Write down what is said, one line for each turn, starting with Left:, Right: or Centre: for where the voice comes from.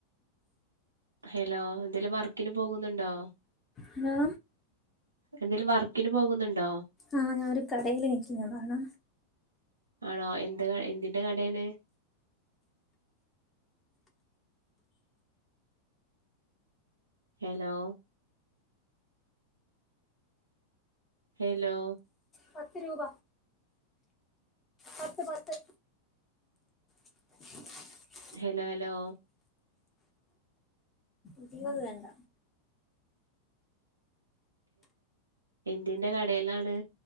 Right: ഹലോ എന്തേലും വർക്കിന് പോകുന്നുണ്ടോ?
Left: എന്നാ?
Right: എന്തേലും വർക്കിന് പോകുന്നുണ്ടോ?
Left: ആഹ് ഞാനൊരു കടയില് നിക്കുന്നതാണ്
Right: ആണോ എന്ത് ക‌ എന്തിന്റെ കടയില്? ഹലോ. ഹലോ.
Left: പത്ത് രൂപ പത്ത് പത്ത്. <inaudible>
Right: Hello hello.
Left: ഇരുപത് വേണ്ട.
Right: എന്തിന്റെ കടെയിലാണ്?